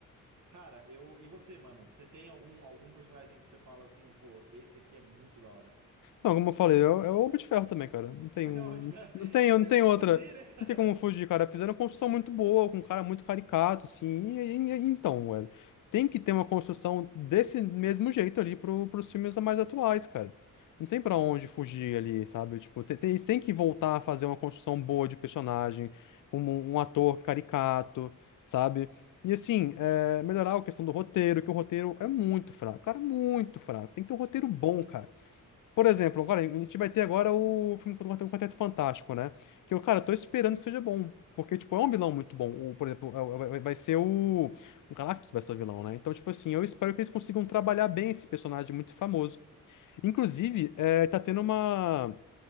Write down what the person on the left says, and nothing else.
Não, como eu falei, é, o é o Homem de Ferro também, cara. Não tem
um,
não tem,
não
tem
outra,
não tem como fugir, cara. Fizeram uma construção muito boa, com um cara muito caricato, assim. E, e- e- então, velho, tem que ter uma construção desse mesmo jeito ali pro, pros filmes mais atuais, cara. Não tem pra onde fugir ali, sabe? Tipo, tem, tem, eles têm que voltar a fazer uma construção boa de personagem, como um, um ator caricato, sabe? E assim, é, melhorar a questão do roteiro, que o roteiro é muito fraco, cara, muito fraco. Tem que ter um roteiro
bom, cara.
Por exemplo, agora,
a gente vai ter agora o filme do Quarte- Quarteto Fantástico, né? Que eu, cara, eu tô esperando que seja bom. Porque, tipo, é um vilão muito bom. O, por exemplo, é o- vai vai- vai ser o, o Galactus vai ser o vilão, né? Então, tipo assim, eu espero que eles consigam trabalhar bem esse personagem muito famoso. Inclusive, é, tá tendo uma,